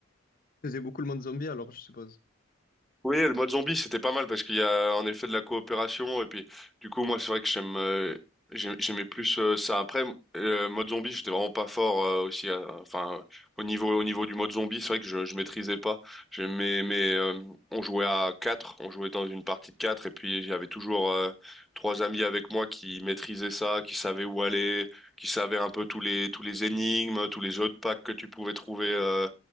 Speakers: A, on the left; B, in the centre.
A: je faisais beaucoup le monde zombie alors, je suppose.
B: Oui, le mode zombie, c'était pas mal parce qu'il y a en effet de la coopération et puis du coup moi c'est vrai que j'aime euh, j'ai- j'aimais plus euh, ça après euh, mode zombie, j'étais vraiment pas fort euh, aussi euh, enfin au niveau au niveau du mode zombie, c'est vrai que je je maîtrisais pas. J'aimais mais euh, on jouait à quatre, on jouait dans une partie de quatre et puis j'avais toujours euh, trois amis avec moi qui maîtrisaient ça, qui savaient où aller, qui savaient un peu tous les tous les énigmes, tous les jeux de packs que tu pouvais trouver euh,